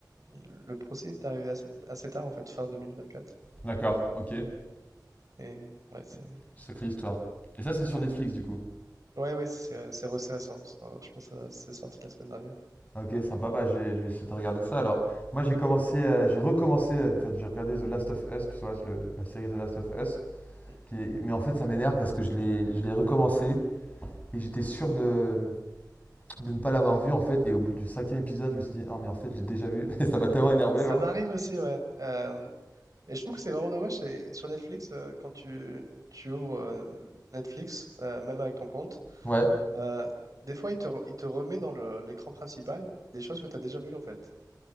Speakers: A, on the right; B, on the left.
A: le procès est arrivé assez, assez tard, en fait, fin 2024.
B: d'accord, ok.
A: Et ouais, c'est...
B: Sacrée histoire. Et ça, c'est sur
A: Ouais.
B: Netflix, du coup.
A: Ouais, ouais, c'est c'est- c'est récent. Ça, Je pense que c'est sorti la semaine dernière.
B: Ok, sympa. Bah, je vais, je vais essayer de regarder ça. Alors, moi, j'ai commencé, euh, j'ai recommencé, euh, enfin, j'ai regardé The Last of Us, tu vois, le- la série The Last of Us.
A: Mm.
B: qui est- Mais en fait, ça m'énerve parce que je l'ai, je l'ai recommencé et j'étais sûr de, de ne pas l'avoir vu, en fait. Et au bout du cinquième épisode, je me suis dit, ah, mais en fait, j'ai déjà vu. <laughs> Et ça m'a tellement énervé,
A: Ça
B: genre.
A: m'arrive aussi, ouais. Euh, et je trouve que c'est vraiment dommage. c'est- Sur Netflix, euh, quand tu, tu ouvres euh, Netflix, euh, même avec ton compte,
B: Ouais,
A: euh, des fois, il te, re- il te remet dans le- l'écran principal des choses que tu as déjà vues, en fait.